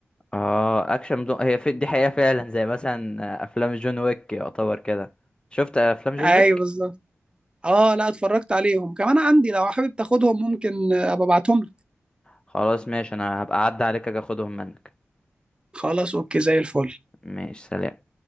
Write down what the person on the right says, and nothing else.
ايوه
بالظبط اه لا اتفرجت عليهم كمان عندي لو حابب تاخدهم ممكن آه، ابقى ابعتهم لك
خلاص اوكي زي الفل